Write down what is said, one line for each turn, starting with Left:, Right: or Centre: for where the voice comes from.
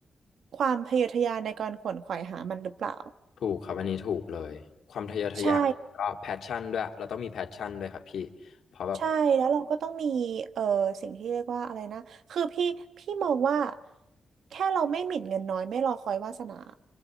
Right: ความพยายามในการขวนขวายหามันหรือเปล่า
Left: ถูกครับอันนี้ถูกเลยความทะเยอทะยานก็แพชชั่นด้วยเราต้องมีแพชชั่นด้วยครับพี่เพราะแบบ
Right: ใช่ใช่แล้วเราก็ต้องมีเอ่อสิ่งที่เรียกว่าอะไรนะคือพี่พี่มองว่าแค่เราไม่หมิ่นเงินน้อยไม่รอคอยวาสนา